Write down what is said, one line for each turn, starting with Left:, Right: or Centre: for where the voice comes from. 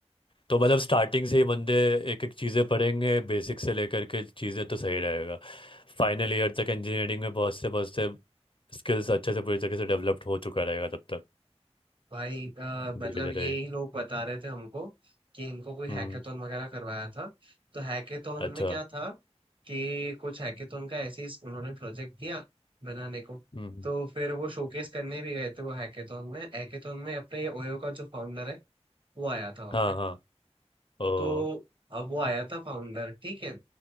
Left: तो मतलब स्टार्टिंग से ही बंदे एक एक चीज़ें पढ़ेंगे बेसिक से लेकर के चीज़ें तो सही रहेगा फाइनल ईयर तक इंजीनियरिंग में पहुँचते पहुँचते स्किल्स अच्छे से पूरी तरीके से डेवलप्ड हो चुका रहेगा तब तक
Right: भाई अ,
Left: धीरे
Right: मतलब
Left: धीरे
Right: ये ही लोग बता रहे थे हमको कि इनको कोई हैकेथॉन
Left: हम्म
Right: वगैरह करवाया था तो हैकेथॉन
Left: अच्छा
Right: में क्या था कि कुछ हैकेथॉन का ऐसे ही उन्होंने प्रोजेक्ट दिया बनाने को
Left: हम्म
Right: तो फिर वो शोकेस करने भी गए थे वो हैकेथॉन में हैकेथॉन में अपने ये ओयो का जो फाउंडर है वो आया था वहाँ
Left: हाँ
Right: पे
Left: हाँ ओ
Right: तो अब वो आया था फाउंडर ठीक है